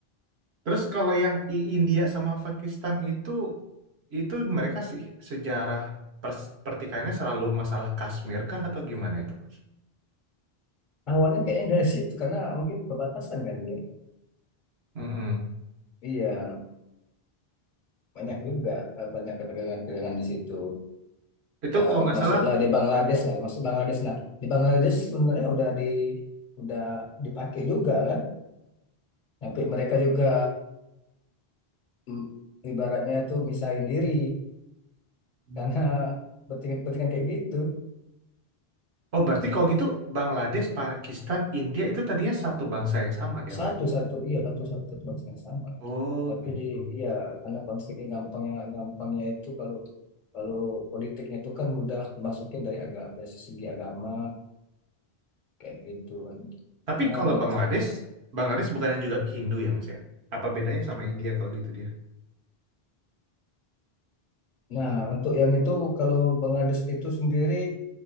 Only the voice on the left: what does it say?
awalnya kayaknya dari situ karena mungkin perbatasan kali ya
iya banyak
juga eh, banyak ketegangan-ketegangan di situ
ya
masuklah
di Bangladesh lah masuk Bangladesh nah di Bangladesh sebenarnya udah di udah dipakai juga kan tapi mereka juga mm, ibaratnya tuh misahin diri
karena bertingan-bertingan kayak gitu
satu
satu iya satu satu bangsa yang sama
tapi
iya karena konfliknya gampangnya gampangnya itu kalau kalau politiknya itu kan mudah dimasukin dari agama dari segi agama kayak gitu kan
karena
paling
Nah, untuk yang itu kalau Bangladesh itu sendiri